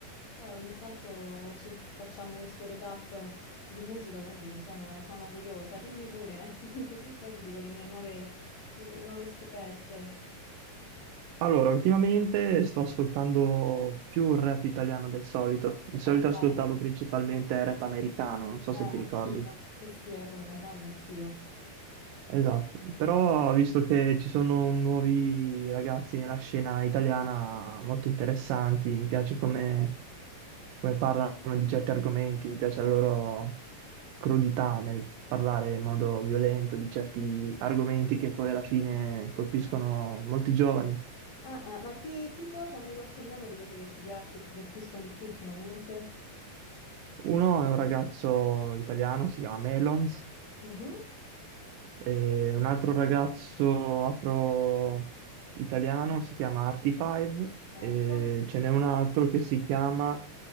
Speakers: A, on the left (about 60°); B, on the right (about 80°).
A: eh, ogni tanto ci facciamo questo recap di musica, quindi sono, sono curiosa. Dimmi pure, <laughs> così poi ti dico le mie nuove, le mie nuove scoperte.
B: Allora, ultimamente sto ascoltando più rap italiano del solito. Di solito
A: Ma dai,
B: ascoltavo principalmente rap americano, non so
A: eh,
B: se ti ricordi.
A: anch'io. Sì, sì, è come sai, anch'io.
B: Esatto, però visto che ci sono nuovi ragazzi nella scena italiana molto interessanti, mi piace come, come parlano di certi argomenti, mi piace la loro crudità nel parlare in modo violento di certi argomenti che poi alla fine colpiscono molti giovani.
A: Ah, ah, ma ti, tipo, fammi qualche nome di quelli che ti piac- che ti colpiscono di più ultimamente.
B: Uno è un ragazzo italiano, si chiama Melons,
A: Mhm.
B: e un altro ragazzo afro-italiano si chiama Artifive,
A: Certo.
B: e ce n'è un altro che si chiama